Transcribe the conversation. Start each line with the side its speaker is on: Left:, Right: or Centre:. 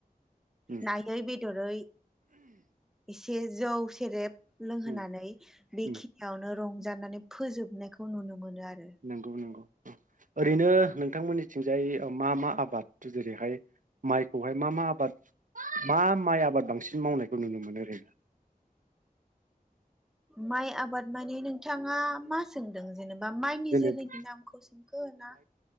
Right: उम
Centre: नायै बेदरै एसे <inaudible> एसे जौ सेरेब लोंहोनानै
Right: उम
Centre: बेखि
Right: उम
Centre: रंजानानै फोजोबनायखौ नुनो मोनो आरो
Right: नोंगौ नोंगौ ओरैनो नोंथांमोननिथिंजाय मा मा आबाद जेरैहाय माइखौहाय मा मा आबाद मा माइ आबाद बांसिन मावनायखौ नुनो मोनो ओरैनो
Centre: माइ आबाद मानि नोंथाङा मा सोंदों जेनेबा माइनि
Right: जेनेबा
Centre: जोलैनि नामखौ सोंखो ना